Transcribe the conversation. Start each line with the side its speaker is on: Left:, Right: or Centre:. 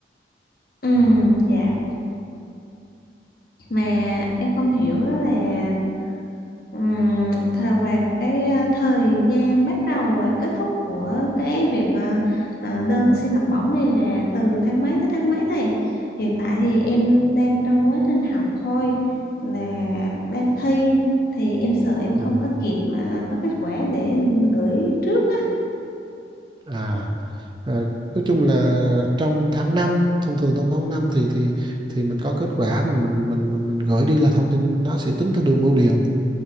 Left: Ừ, dạ. Mà em không hiểu đó là Ừm, thời và cái ờ, thời gian bắt đầu và kết thúc của cái việc ờ, ờ, đơn xin học bổng này là từ tháng mấy tới tháng mấy thầy? Hiện tại thì em đang trong quá trình học thôi là đang thi thì em sợ em không
Right: ừ.
Left: có kịp mà có kết quả để gửi trước á.
Right: à À, nói chung là trong tháng năm thông thường trong tháng 5 thì thì thì mình có kết quả mình mình mình mình mình gửi đi là thông tin nó sẽ tính theo đường bưu điện